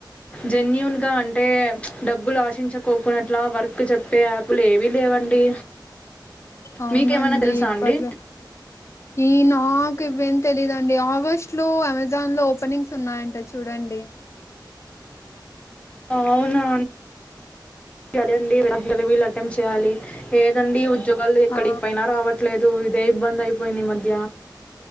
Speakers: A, on the left (about 15°); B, on the left (about 35°).
A: జన్యున్ గా అంటే డబ్బులు ఆశించకోకుట్లా వర్క్ చెప్పే యాప్ ప్పులు ఏవీ లేవండి
B: అవునండి
A: మీకేమైనా తెలుసా
B: ఇప్పడు
A: అండి
B: ఈ నాకు ఇవేం తెలీదుండి ఆగస్టు లో అమెజాన్ లో ఓపెనింగ్స్ ఉన్నాయంట చూడండి
A: అవునా ఇంటర్వ్యూ కి అటెండ్ అయ్యి ఎగ్జామ్ అటెంప్ట్ చేయాలి ఏదండి ఉద్యోగాలు ఎక్కడికి
B: ఆ
A: పోయినా రావట్లేదు ఇదే ఇబ్బంది అయిపోయింది ఈ మధ్య